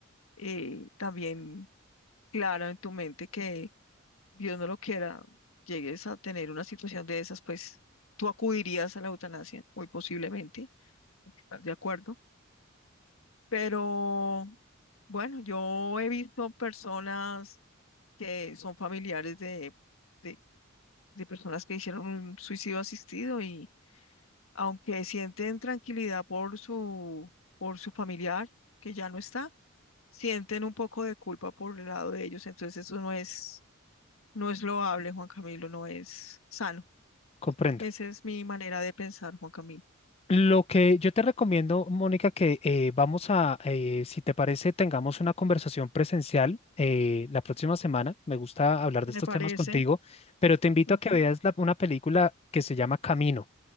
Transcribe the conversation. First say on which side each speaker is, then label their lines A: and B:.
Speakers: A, on the left; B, on the left.
A: eh, también claro en tu mente que Dios no lo quiera, llegues a tener una situación de esas, pues tú acudirías a la eutanasia, muy posiblemente, ¿estás de acuerdo? Pero bueno, yo he visto personas que son familiares de, de, de personas que hicieron un suicidio asistido y aunque sienten tranquilidad por su, por su familiar que ya no está, sienten un poco de culpa por el lado de ellos, entonces eso no es No es loable, Juan Camilo, no es sano.
B: Comprendo,
A: Esa es mi manera de pensar, Juan Camilo.
B: Lo que yo te recomiendo, Mónica, que eh, vamos a, eh, si te parece, tengamos una conversación presencial eh, la próxima semana. Me gusta hablar
A: Me
B: de estos
A: parece,
B: temas contigo, pero te invito
A: ujú,
B: a que veas la- una película que se llama Camino,